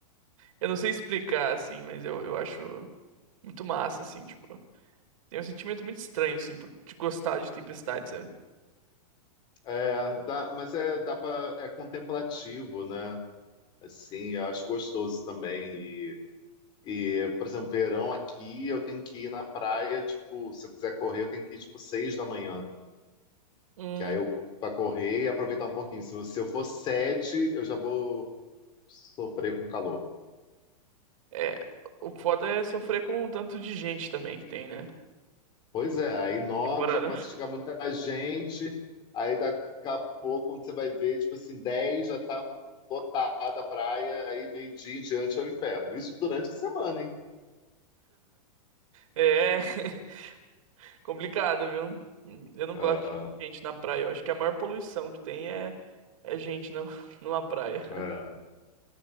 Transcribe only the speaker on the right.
eu não sei explicar, assim, mas eu, eu acho muito massa, assim, tipo. Tem um sentimento muito estranho, assim, por- de gostar de tempestades sabe?
Hum.
É, o foda é sofrer com o tanto de gente também que tem, né?
Temporada.
É <laughs> complicado, viu? Eu não
gosto de gente na praia. Eu acho que a maior poluição que tem é, é gente na, <laughs> numa praia.